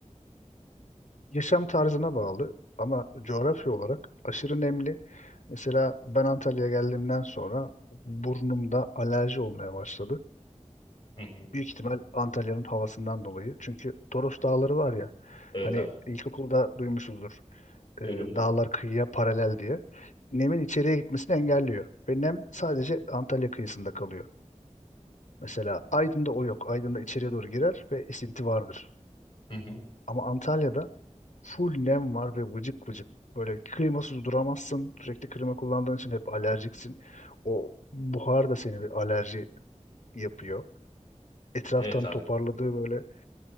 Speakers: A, on the left (about 80°); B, on the left (about 40°).
A: yaşam tarzına bağlı ama coğrafya olarak aşırı nemli. Mesela ben Antalya'ya geldiğimden sonra burnumda alerji olmaya başladı.
B: Hı hı.
A: Büyük ihtimal Antalya'nın havasından dolayı. Çünkü Toros Dağları var ya.
B: Evet
A: Hani
B: abi.
A: ilkokulda duymuşuzdur. e,
B: Duydum duydum.
A: dağlar kıyıya paralel diye. Nemin içeriye gitmesini engelliyor. Ve nem sadece Antalya kıyısında kalıyor. Mesela Aydın'da o yok. Aydın'da içeriye doğru girer ve esinti vardır.
B: Hı hı.
A: Ama Antalya'da full nem var ve vıcık vıcık. Böyle klimasız duramazsın. Sürekli klima kullandığın için hep alerjiksin. O buhar da seni bir alerji yapıyor. Etraftan
B: Evet abi.
A: toparladığı böyle